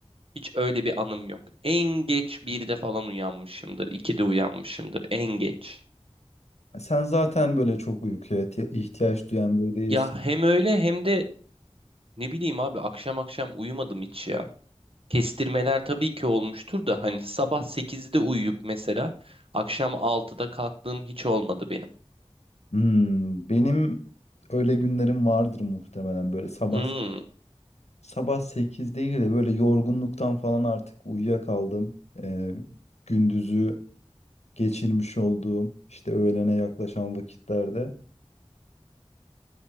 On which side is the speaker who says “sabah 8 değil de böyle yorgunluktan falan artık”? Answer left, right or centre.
Left